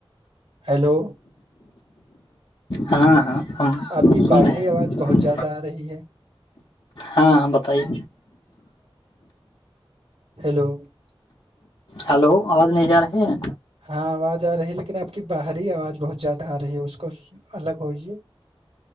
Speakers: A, on the right (about 80°); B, on the left (about 60°).
A: ہیلو
B: ہاں ہاں ہم
A: آپ کی
B: سن
A: باہری
B: رہے ہیں
A: آواز بہت زیادہ آ رہی ہے
B: ہاں ہاں بتائیے
A: ہیلو
B: ہلو آواز نہیں جا رہی ہے
A: ہاں آواز آ رہی ہے لیکن <unintelligible> آپ کی باہری آواز بہت زیادہ آ رہی ہے اس کو الگ ہوئیے